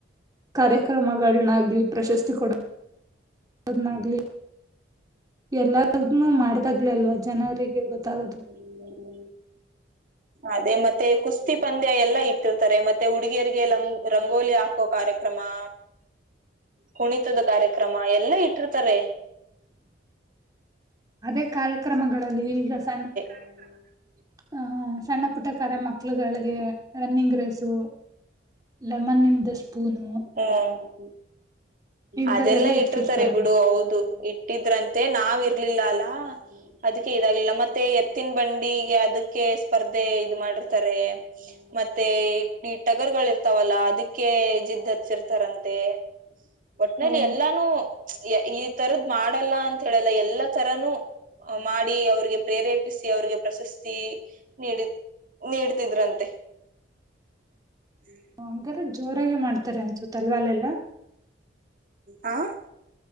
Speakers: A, on the right (about 20°); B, on the right (about 45°).
A: ಕಾರ್ಯಕ್ರಮಗಳನ್ನಾಗ್ಲಿ ಪ್ರಶಸ್ತಿ ಕೊಡ ಕೊಡೋದ್ನಾಗ್ಲಿ ಎಲ್ಲಾನ್ನು ಮಾಡ. ದ್ಲಾಗಲೇಆಲ್ವಾ ಜನರಿಗೆ ಗೊತ್ತಾಗೋದು.
B: ಟಿವು ಟಿವು ಅದೇ ಮತ್ತೆ ಕುಸ್ತಿ ಪಂದ್ಯ ಎಲ್ಲಾ ಇಟ್ಟಿರ್ತಾರೆ ಮತ್ತೆ ಹುಡುಗಿಯರಿಗೆ ಲಂಗ ರಂಗೋಲಿ ಹಾಕೋ ಕಾರ್ಯಕ್ರಮಾ. ಕುಣಿತದ ಕಾರ್ಯಕ್ರಮ ಎಲ್ಲಾ ಇಟ್ಟಿರ್ತಾರೆ. <inaudible>
A: ಅದೇ ಕಾರ್ಯಕ್ರಮಗಳಲ್ಲಿ ಈಗ ಸಣ್ಣ.
B: ಸ್ನೇಹಿತರಲ್ಲಿ.
A: ಆ ಹಾ ಸಣ್ಣ ಪುಟ್ಟ ಕರೆ ಮಕ್ಳುಗಳಿಗೆ ರನ್ನಿಂಗ್ ರೇಸು. ಲೆಮನ್ ಇಂದ ಸ್ಪೂನು.
B: ಹು
A: ಇಂತದೆಲ್ಲಾ
B: ಅದೆಲ್ಲಾ ಇಟ್ಟಿರ್ತಾರೆ
A: ಇಕ್ಕಿರ್ತಾರಲ್ಲ
B: ಬಿಡು ಹೌದು. ಇಟ್ ಟ್ಟಿದ್ರಂತೆ ನಾವ ಇರ್ಲಿಲ್ಲಾ ಅಲ್ಲಾ. ಅದಕ್ಕೆ ಇದಾಗಿಲ್ಲಾ ಮತ್ತೆ ಎತ್ತಿನ ಬಂಡಿಗೆ ಅದಕ್ಕೆ ಸ್ಪರ್ಧೆ ಇದ ಮಾಡಿರ್ತಾರೆ. ಮತ್ತೆ ಇಟ್. ಟಗರಗಳು ಇರ್ತಾವಲ್ಲಾ ಅದಕ್ಕೆ ಜಿದ್ದ ಹಚ್ಚಿರ್ತಾರಂತೆ. ಒಟ್ನಲ್ಲಿ
A: ಓ
B: ಎಲ್ಲಾನು ಯ ಈ ತರದ ಮಾಡಲ್ಲಾ ಅಂತ ಹೇಳಲ್ಲಾ ಎಲ್ಲಾ ತರಾನೂ. ಮಾಡಿ ಅವ್ರಿಗೆ ಪ್ರೇರೇಪಿಸಿ ಅವ್ರಿಗೆ ಪ್ರಶಸ್ತಿ ನೀಡಿ. ನೀಡ್ತಿದ್ರಂತೆ. ಹು
A: ಹಂಗಾರೆ ಜೋರಾಗೆ ಮಾಡ್ತಾರೆ ಅನಸುತ್ತೆ ತಲ್ವಾಲೆಲ್ಲಾ.
B: ಆ